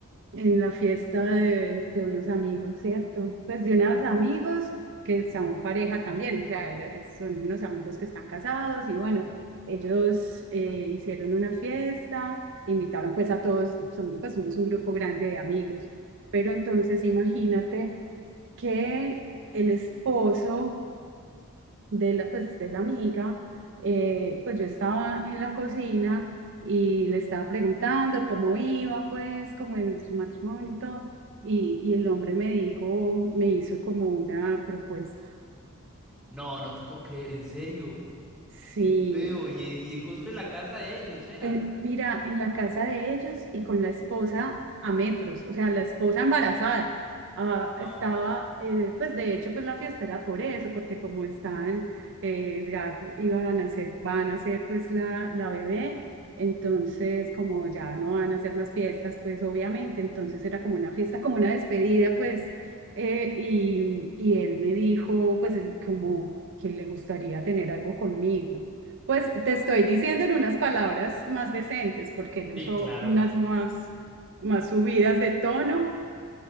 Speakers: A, on the right (about 60°); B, in the centre.
A: en la fiesta de, de unos amigos, ¿cierto? Pues de unos amigos que son pareja también, o sea, era- son unos amigos que están casados y bueno, ellos eh, hicieron una fiesta, invitaron pues a todos, son, pues somos un grupo grande de amigos, pero entonces imagínate. que el esposo de la, pues, de la amiga, eh, pues yo estaba en la cocina y le estaba preguntando cómo iba, pues, como en su matrimonio y todo, y, y el hombre me dijo, me hizo como una propuesta.
B: No, no te puedo creer, en serio.
A: Sí,
B: Qué, qué feo. Y, eh, y justo en la casa de ellos era.
A: en- mira, en la casa de ellos y con la esposa a metros, o sea, la esposa embarazada. Ah,
B: No,
A: estaba, eh, pues de hecho, pues la fiesta era por eso, porque como estaban, eh, ya iban a nacer, van a hacer pues la, la bebé, entonces como ya no van a hacer más fiestas, pues obviamente, entonces era como una fiesta, como una despedida, pues, eh, y, y él me dijo, pues es como que le gustaría tener algo conmigo. Pues te estoy diciendo en unas palabras más decentes, porque él usó
B: Sí, claro.
A: unas más, más subidas de tono.